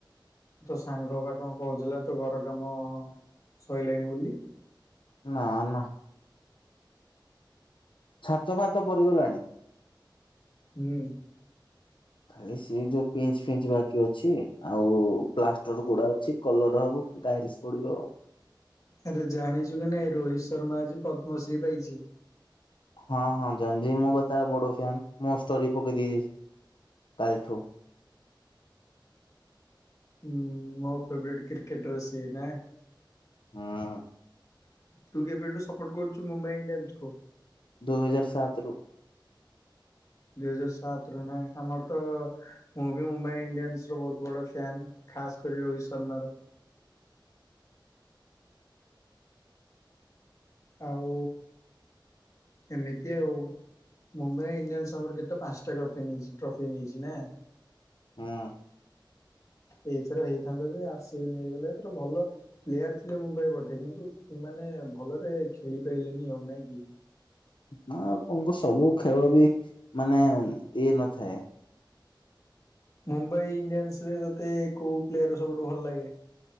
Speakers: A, on the left; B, on the left.
A: ତୋ ସାଙ୍ଗ ବା କଣ କହୁଥିଲା ତୋ ଘର କାମ ସଇଲାଣି ବୋଲି।
B: ନାଁ ନାଁ। ଛାତ ଫାତ ପଡିଗଲାଣି?
A: ହୁଁ
B: ଖାଲି ସିଏ ଯୋଉ ପିଞ୍ଚ ଫିଞ୍ଚ ବାକି ଅଛି ଆଉ ପ୍ଲାଷ୍ଟର ଗୁଡା ଅଛି କଲର ହବ ଟାଇଲସ ପଡିବ।
A: ଆରେ ଜାଣିଛୁ କି ନାଇଁ ରୋହିତ ଶର୍ମା ଆଜି ପଦ୍ମଶ୍ରୀ ପାଇଛି।
B: ହଁ ହଁ ଜାଣିଚି ମୁଁ ବା ତାର ବଡ଼ ଫ୍ୟାନ। ମୁଁ ଷ୍ଟୋରି ପକେଇ ଦେଇଛି କାଲିଠୁ।
A: ହୁଁ ମୋ ଫ୍ରେବରେଟ୍ କ୍ରିକେଟର ସିଏ ନା।
B: ହୁଁ।
A: ତୁ କେବେଠୁ ସପୋର୍ଟ କରୁଛୁ ମୁମ୍ବାଇ ଇଣ୍ଡିଆନ୍ସକୁୁ?
B: ଦୁଇ ହଜାର ସାତ ରୁ।
A: ଦୁଇ ହଜାର ସାତ ରୁ ନାଁ ଆମର ତ ମୁଁ ବି ମୁମ୍ବାଇ ଇଣ୍ଡିଆନ୍ସ ର ବହୁତ ବଡ ଫ୍ୟାନ ଖାସ କରି ରୋହିତ ଶର୍ମା ର। ଆଉ ଏମିତି ଆଉ। ମୁମ୍ବାଇ ଇଣ୍ଡିଆନ୍ସ ଆମର କେତେ ପାଞ୍ଚଟା ଟ୍ରଫି ନେଇ ଟ୍ରଫି ନେଇଛି ନା।
B: ହଁ।
A: ଏଇଥର ହେଇଥାନ୍ତା ଯେ ଆର୍ସିବି ନେଇଗଲେ। ଏଥର ଭଲ ପ୍ଲେୟାର ଥିଲେ ମୁମ୍ବାଇ ପଟେ କିନ୍ତୁ ମାନେ ଭଲରେ ଖେଳିପାରଲେନି ଆଉ ନାଇଁ କି।
B: ନା ଆଉ କଣଙ୍କ ସବୁ ଖେଳ ବି ମାନେ ଇଏ ନଥାଏ।
A: ମୁମ୍ବାଇ ଇଣ୍ଡିଆନ୍ସ ରେ ତୋତେ କେଉ ପ୍ଲେୟର ସବୁଠୁ ଭଲ ଲାଗେ?